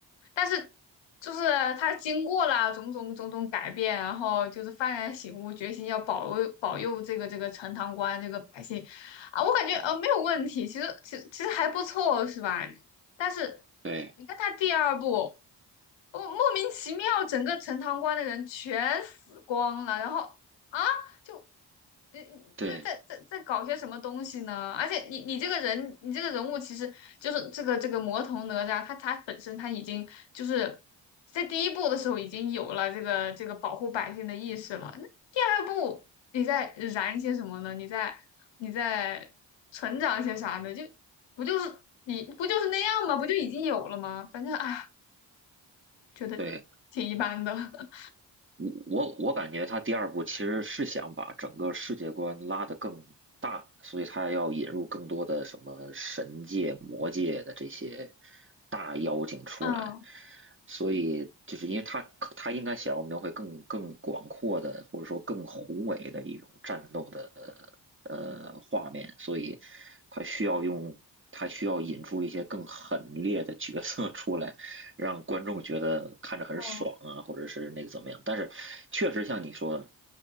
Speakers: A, on the left; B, on the right.
A: 但是就是他经过了种种种种改变，然后就是幡然醒悟，决心要保佑保佑这个这个陈塘关这个百姓啊，我感觉呃没有问题，其实其实其实还不错，是吧？但是
B: 对
A: 你看他第二部。我莫名其妙，整个陈塘关的人全死光了，然后啊，就你你在在在在搞些什么东西呢？
B: 对
A: 而且你你这个人，你这个人物其实就是这个这个魔童哪吒，他他本身他已经就是在第一部的时候已经有了这个这个保护百姓的意识了。那第二部你在燃些什么呢？你在你在成长一些啥呢？就不就是你不就是那样吗？不就已经有了吗？反正啊，觉得挺一般的。
B: 对。
A: <laughs>
B: 我我我感觉他第二部其实是想把整个世界观拉得更大，所以他要引入更多的什么神界、魔界的这些大妖精出来，
A: 嗯，
B: 所以就是因为他他应该想要描绘更更广阔的，或者说更宏伟的一种战斗的呃画面，所以他需要用他需要引出一些更狠烈的角色出来。让观众觉得看着很爽啊，
A: 是吧？
B: 或者是那个怎么样。但是确实像你说的，